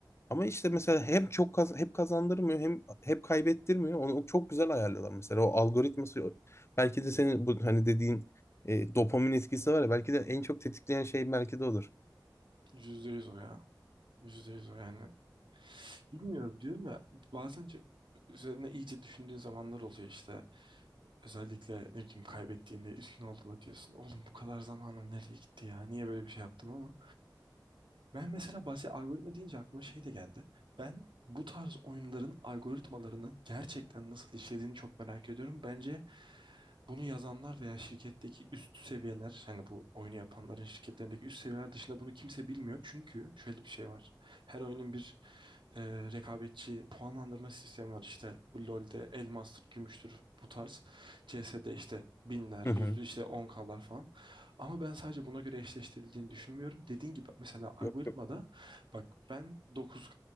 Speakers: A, on the left; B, on the right.
A: Ama işte mesela hem çok kaz- hep kazandırmıyor hem hep kaybettirmiyor. Onu çok güzel ayarlıyorlar mesela. O algoritması belki de senin bu hani dediğin e, dopamin etkisi var ya belki de en çok tetikleyen şey belki de odur.
B: Yüzde yüz o ya. Yüzde yüz o yani. Bilmiyorum diyorum ya bazen çok üzerine iyice düşündüğün zamanlar oluyor işte. Özellikle ne bileyim kaybettiğinde üzgün olduğunda diyorsun. Oğlum bu kadar zamanım nereye gitti ya? Niye böyle bir şey yaptım ama. Ben mesela bahsi algoritma deyince aklıma şey de geldi. Ben bu tarz oyunların algoritmalarının gerçekten nasıl işlediğini çok merak ediyorum. Bence bunu yazanlar veya şirketteki üst seviyeler, hani bu oyunu yapanların şirketlerindeki üst seviyeler dışında bunu kimse bilmiyor. Çünkü şöyle bir şey var. Her oyunun bir e, rekabetçi puanlandırma sistemi var. İşte bu LoL'de elmastır, gümüştür bu tarz. CS'de işte binler, yüzlü
A: Hı hı.
B: işte on klar falan. Ama ben sadece buna göre eşleştirildiğini düşünmüyorum. Dediğin gibi mesela algoritmada
A: Yok.
B: bak ben dokuz